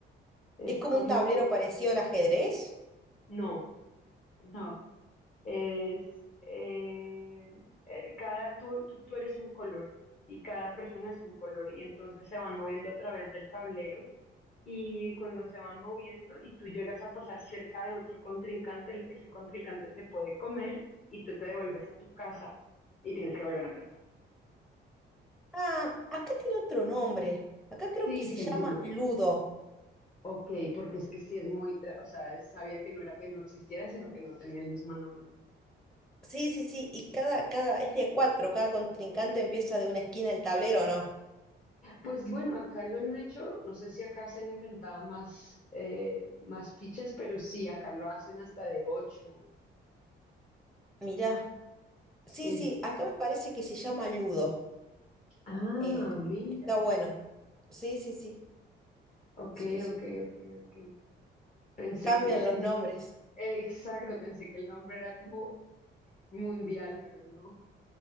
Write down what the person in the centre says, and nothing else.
¿Es como
un tablero parecido al ajedrez?
Ah, acá tiene otro nombre. Acá creo
que se
llama Ludo.
Sí, sí, sí. Y cada, cada, es de a cuatro. Cada contrincante empieza de una esquina del tablero, ¿no?
Mirá.
Sí, sí, acá me parece que se llama Ludo.
Eh,
está bueno. Sí, sí, sí.
Sí, sí.
Cambian
los nombres.